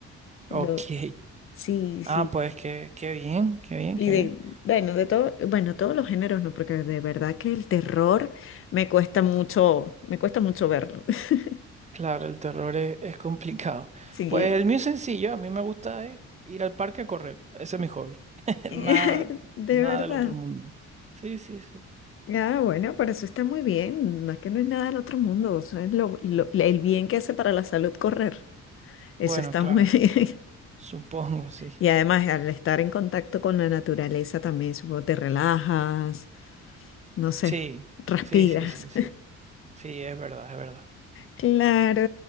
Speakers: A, on the right; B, on the left.
A: Ok.
B: Lo, sí, sí.
A: Ah, pues qué, qué bien, qué bien,
B: Y
A: qué
B: de,
A: bien.
B: bueno, de todo, bueno, todos los géneros no, porque de verdad que el terror me cuesta mucho, me cuesta mucho verlo. <laughs>
A: Claro, el terror es, es complicado.
B: Sí,
A: Pues el mío es sencillo, a mí me gusta es ir al parque a correr. Ese es mi hobby. <laughs>
B: <laughs>
A: Nada,
B: de
A: nada
B: verdad.
A: del otro mundo. Sí, sí, sí.
B: Ah, bueno, pero eso está muy bien. No es que no es nada del otro mundo. o sea, es lo- lo- el bien que hace para la salud correr. Eso
A: Bueno,
B: está
A: claro.
B: muy <laughs> bien.
A: Supongo, sí.
B: Y además, al estar en contacto con la naturaleza también, supongo, te relajas, no sé,
A: Sí,
B: respiras.
A: sí, sí, sí, sí. Sí, es verdad, es verdad.
B: Claro,